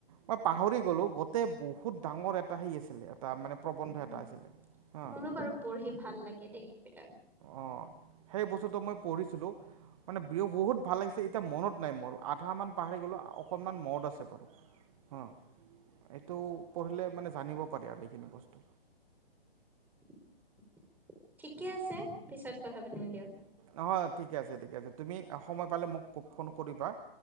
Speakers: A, on the right; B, in the centre.
A: মই পাহৰি গ'লো গোতেই বহুত ডাঙৰ এটা হেই আছিলে এটা মানে। প্ৰবন্ধ
B: উ
A: এটা আছিলে হা
B: মোৰো বাৰু পঢ়ি ভাল লাগে দেই সেইবিলাক
A: অঁ সেই বস্তুতটো মই পঢ়িছিলো মানে বিহু বহুত ভাল লাগিছে এতিয়া মনত নাই মোৰ আধা মান পাহৰি গলো। অকণমান মদ আছে বাৰু হ। এইটো পঢ়িলে মানে জানিব পাৰি আৰু এইখিনি বস্তু।
B: <inaudible> ঠিকে আছে পিছত কথা পাতিম দিয়ক।
A: নহয় ঠিকে আছে ঠিকে আছে তুমি সময় পালে মোক ফোন কৰিবা।